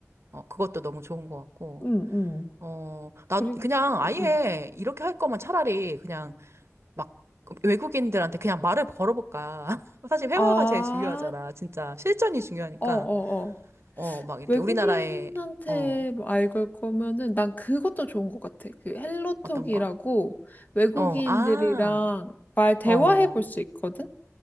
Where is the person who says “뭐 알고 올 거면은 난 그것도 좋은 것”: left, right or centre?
Left